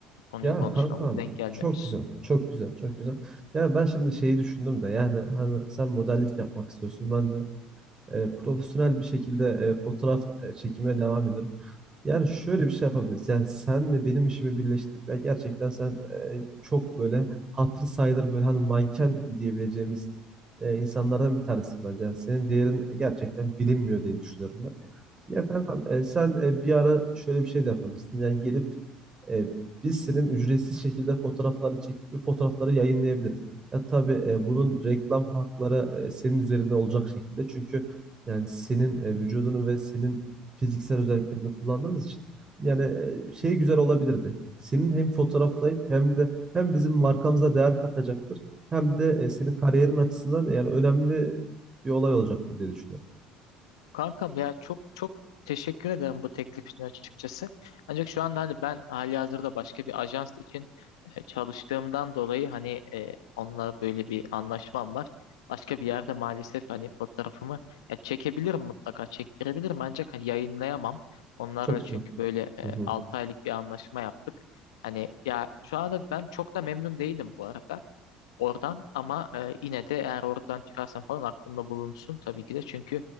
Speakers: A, on the left; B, on the right.
A: konuyu
B: Ya
A: konuşmamız,
B: kankam
A: denk gelmemiz.
B: çok güzel, çok güzel, çok güzel. Ya ben şimdi şeyi düşündüm de yani hani sen modellik yapmak istiyorsun. Ben de e, profesyonel bir şekilde e, fotoğraf e, çekimine devam ediyorum. Yani şöyle bir şey yapabiliriz. Yani senle benim işimi birleştirip ya gerçekten sen e, çok böyle hatırı sayılır böyle hani manken diyebileceğimiz e, insanlardan bir tanesin bence. Yani senin değerin gerçekten bilinmiyor diye düşünüyorum ben. Ya kankam e, sen e, bir ara şöyle bir şey de yapabilirsin. Yani gelip e, biz senin ücretsiz şekilde fotoğraflarını çekip bir fotoğrafları yayınlayabiliriz. Ya tabii e, bunun reklam hakları e, senin üzerinde olacak şekilde. Çünkü yani senin e, vücudunu ve senin fiziksel özelliklerini kullandığımız için. Yani e,
A: <laughs>
B: şey güzel olabilirdi. Senin hem fotoğraflayıp hem de hem bizim markamıza değer katacaktır. Hem de e, senin kariyerin açısından yani önemli bir olay olacaktır diye düşünüyorum.
A: Kankam ya çok çok teşekkür ederim bu teklif için açıkçası. Ancak şu anda hani ben halihazırda başka bir ajans için e, çalıştığımdan dolayı hani e, onunla böyle bir anlaşmam var. Başka bir yerde maalesef hani fotoğrafımı ya çekebilirim mutlaka çektirebilirim ancak hani yayınlayamam. Onlarla
B: Çok güzel.
A: çünkü böyle
B: Hı hı.
A: 6 aylık bir anlaşma yaptık. Hani ya şu anda ben çok da memnun değilim bu arada oradan ama e, yine de eğer oradan çıkarsam falan aklımda bulunsun tabii ki de çünkü